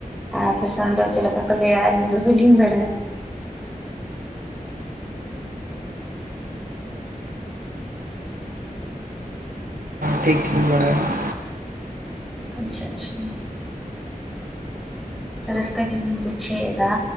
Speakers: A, in the centre; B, on the right (about 85°).
A: ᱟᱯᱮ ᱥᱮᱱ ᱫᱚ ᱪᱮᱫ ᱞᱮᱠᱟ ᱠᱚ ᱞᱟᱹᱭᱟ ᱟᱹᱞᱤᱧ ᱫᱚ ᱵᱟᱹᱞᱤᱧ ᱵᱟᱰᱟᱭᱟ ᱾
B: ᱴᱷᱤᱠ ᱜᱮᱢ ᱵᱟᱲᱟᱭᱟ ᱾
A: ᱟᱪᱪᱷᱟ ᱟᱪᱪᱷᱟ ᱾ ᱨᱟᱹᱥᱠᱟᱹ ᱧᱚᱜᱼᱤᱧ ᱵᱩᱡᱷᱟᱹᱣ ᱮᱫᱟ